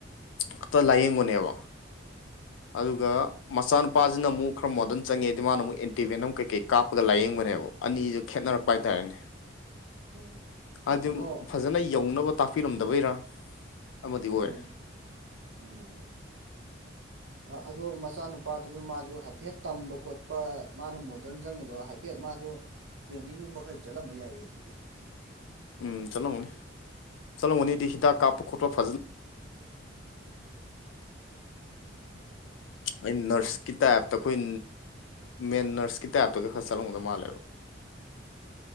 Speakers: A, on the left; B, on the right.
A: ꯈꯛꯇ ꯂꯥꯏꯌꯦꯡꯕꯅꯦꯕ ꯑꯗꯨꯒ
B: ꯎꯝ
A: ꯃꯆꯥꯅꯨꯄꯥꯁꯤꯅ ꯑꯃꯨꯛ ꯈꯔ ꯃꯣꯗꯔꯟ ꯆꯪꯉꯦ ꯍꯥꯏꯗꯤ ꯃꯥꯅꯨꯛ ꯑꯦꯟꯇꯤꯚꯦꯅꯝ ꯀꯩꯀꯩ ꯀꯥꯞꯄꯒ ꯂꯥꯏꯌꯦꯡꯕꯅꯦꯕ ꯑꯅꯤꯁꯨ ꯈꯦꯠꯅꯔꯛꯄ
B: ꯎꯝ
A: ꯍꯥꯏꯇꯥꯔꯦꯅꯦ
B: ꯎꯝ
A: ꯑꯗꯨ
B: ꯑꯗꯣ
A: ꯐꯖꯅ ꯌꯧꯅꯕ ꯇꯥꯛꯄꯤꯔꯝꯗꯕꯩꯔꯥ ꯑꯃꯗꯤ ꯑꯣꯏꯔꯦ
B: ꯎꯝ ꯎꯝ ꯎꯝ <unintelligible> <inaudible>
A: <unintelligible> <inaudible>
B: ꯑꯗꯣ ꯃꯆꯥꯅꯨꯄꯥꯗꯨꯁꯨ ꯃꯥꯁꯨ ꯍꯥꯏꯐꯦꯠ ꯇꯝꯕ ꯈꯣꯠꯄ ꯃꯥꯅ ꯃꯣꯗꯔꯟ ꯆꯪꯉꯤꯗꯣ ꯍꯥꯏ ꯍꯥꯏꯐꯦꯠ ꯃꯥꯗꯣ ꯇ꯭ꯔꯦꯟꯅꯤꯡꯒꯨꯝꯕ ꯈꯔ ꯆꯠꯂꯝꯕ ꯌꯥꯏꯌꯦ ꯑꯗꯨꯗꯤ
A: ꯎꯝ ꯆꯠꯂꯝꯒꯅꯤ ꯆꯠꯂꯝꯒꯅꯤꯗꯤ ꯍꯤꯗꯥꯛ ꯀꯥꯞꯄ ꯈꯣꯠꯄ ꯐꯖꯅ ꯑ ꯅꯔꯁꯀꯤ ꯇꯥꯏꯞꯇ ꯑꯩꯈꯣꯏ ꯃꯦꯟ ꯅꯔꯁꯀꯤ ꯇꯥꯏꯞꯇꯒ ꯈꯔ ꯆꯠꯂꯝꯒꯗꯧ ꯃꯥꯜꯂꯦꯕ